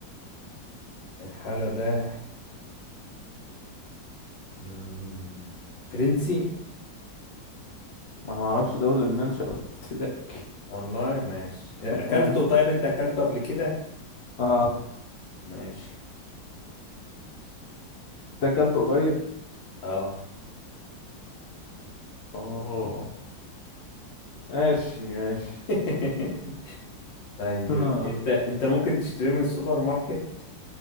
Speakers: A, on the left; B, on the left.
A: الحالة ده مم، فرنسي
B: ما انا معرفش ده ولا المنشأ قلت لك
A: والله ماشي
B: <laughs>
A: اكلته
B: ما-
A: طيب انت اكلته قبل كده
B: اه
A: ماشي
B: ده اكلته قريب
A: اه
B: اوه ماشي ماشي
A: <laughs> طيب
B: آه.
A: انت انت ممكن تشتري من السوبر ماركت